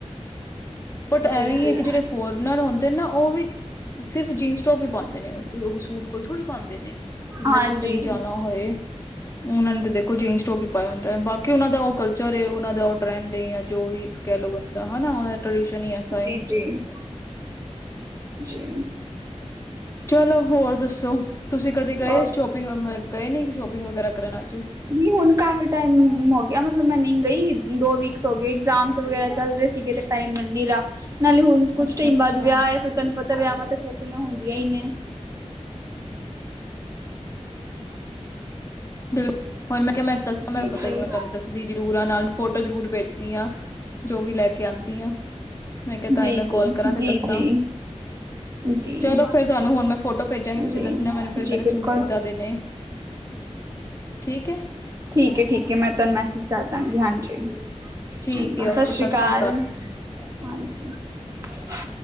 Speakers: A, on the left; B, on the right.
A: ਬਟ ਐਵੇ
B: ਜੀ-ਜੀ।
A: ਕਿ ਜਿਹੜੇ ਫੋਰਨਰ ਹੁੰਦੇ ਨੇ ਨਾ ਉਹ ਵੀ ਸਿਰਫ਼ ਜੀਨਸ ਟੋਪ ਹੀ ਪਾਉਂਦੇ ਨੇ। ਸੂਟ ਕੋਈ ਥੋੜ੍ਹੀ ਪਾਂਦੇ ਨੇ ਜਿੰਨਾ
B: ਹਾਂਜੀ
A: ਕਿੱਥੇ ਵੀ ਜਾਣਾ ਹੋਏ। ਉਹ ਨੇ ਤਾਂ ਦੇਖੋ ਜੀਨਸ ਟੋਪ ਹੀ ਪਾਇਆ ਹੁੰਦਾ ਹੈ ਬਾਕੀ ਉਹਨਾਂ ਦਾ ਉਹ ਕਲਚਰ ਉਹਨਾਂ ਦਾ ਉਹ ਟਰੈਂਡ ਏ ਜਾਂ ਜੋ ਵੀ ਕਹਿ ਲਓ ਬੰਦਾ ਹਨਾ ਉਹ ਟਡੀਸ਼ਨ ਹੀ ਏ
B: ਜੀ- ਜੀ- ਜੀ।
A: ਚਲੋ ਹੋਰ ਦੱਸੋ ਤੁਸੀਂ ਕਦੇ ਗਏ
B: ਹੋਰ
A: ਸ਼ੋਪਿੰਗ ਗਏ ਨੀ ਸ਼ੋਪਿੰਗ ਵਗੈਰਾ ਗਏ ਨਹੀਂ ਕਰਨ ਅੱਜ
B: ਨਹੀਂ ਹੁਣ ਕਾਫੀ ਟਾਈਮ ਹੋ ਗਿਆ ਮਤਲਬ ਮੈਂ ਨਹੀਂ ਗਈ ਦੋ ਵੀਕਸ ਹੋ ਗਏ ਐਗਜ਼ਾਮ ਵਗੈਰਾ ਚੱਲ ਰਹੇ ਸੀਗੇ ਤੇ ਟਾਈਮ ਮਿਲਣੀ ਰ ਨਾਲੇ ਹੁਣ ਕੁੱਛ
A: ਅੱਛਾ
B: ਟਾਈਮ
A: ਅੱਛਾ
B: ਬਾਅਦ ਵਿਆਹ ਆ ਫਿਰ ਤੁਹਾਨੂੰ ਪਤਾ ਵਿਆਹਾਂ ਤੇ ਸ਼ੋਪਿੰਗਾਂ ਹੁੰਦੀਆਂ ਹੀ ਨੇ।
A: ਬਿਲਕੁਲ ਹੂੰ ਮੈਂ ਕਿਹਾ ਮੈਂ ਦੱਸ ਮੈਂ
B: ਜੀ
A: ਪਤਾ
B: ਜੀ
A: ਕੀ ਮੈਂ ਤੁਹਾਨੂੰ ਦੱਸ ਦੀਦੀ <unintelligible> ਨਾਲ ਫੋਟੋ ਜਰੂਰ ਭੇਜਦੀ ਹਾਂ ਜੋ ਵੀ ਲੈਕੇ ਆਂਦੀ। ਮੈਂ ਕਿਹਾ ਤ
B: ਜੀ
A: ਹੀ ਮੈਂ
B: ਜੀ
A: ਕਾਲ ਕਰਾਂ ਤੇ
B: ਜੀ
A: ਦੱਸਾਂ।
B: ਜੀ ਜੀ
A: ਚਲੋ ਫਿਰ ਤੁਹਾਨੂੰ ਹੁਣ ਮੈਂ ਫੋਟੋ ਭੇਜਾਂਗੀ ਤੁਸੀਂ
B: ਜੀ
A: ਦਸਨਾ ਫਿਰ
B: ਜੀ
A: ਮੇਰੇ
B: ਬਿਲਕੁਲ
A: ਸੂਟ ਕਿੱਦਾਂ ਦੇ ਨੇ। ਠੀਕ ਏ।
B: ਠੀਕ- ਠੀਕ ਮੈਂ ਤੁਹਾਨੂੰ ਮੈਸੇਜ ਕਰਦਾਂਗੀ ਹਾਂਜੀ
A: ਠੀਕ
B: ਚੰਗਾ
A: ਹੈ ਓਕੇ
B: ਸਤਿ ਸ੍ਰੀ ਅਕਾਲ।
A: ਸ਼੍ਰੀ
B: ਹਾਂਜੀ